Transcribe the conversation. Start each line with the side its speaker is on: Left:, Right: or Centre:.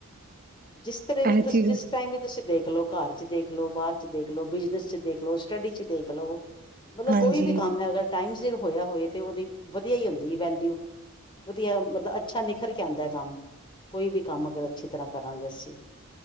Left: ਜਿਸ ਤਰਾਂ
Right: ਇਹ
Left: ਵੀ ਤੁਸੀ
Right: ਚੀਜ਼
Left: ਜਿਸ ਟਾਈਮ ਵੀ ਤੁਸੀਂ ਦੇਖ ਲੋ, ਘਰ ਚ ਦੇਖ ਲੋ, ਬਾਰ ਚ ਦੇਖ ਲੋ, ਬਿਜਨਸ ਚ ਦੇਖ ਲੋ, ਸਟੱਡੀ ਚ ਦੇਖ ਲਓ ਮਤਲਬ
Right: ਹਾਂਜੀ
Left: ਕੋਈ ਵੀ ਕੰਮ ਹੈਗਾ ਅਗਰ ਟਾਈਮ ਸਿਰ ਹੋਇਆ ਹੋਏ ਤੇ ਓਦੀ ਵਦੀਆਂ ਈ ਹੁੰਦੀ ਐ ਵੈਲਿਊ। ਵਦੀਆ ਮਤਲਬ ਅੱਛਾ ਨਿਖਰ ਕੇ ਆਂਦਾ ਐ ਕੰਮ ਕੋਈ ਵੀ ਕੰਮ ਅਗਰ ਅੱਛੀ ਤਰਾਂ ਕਰਾਂਗੇ ਅਸੀਂ।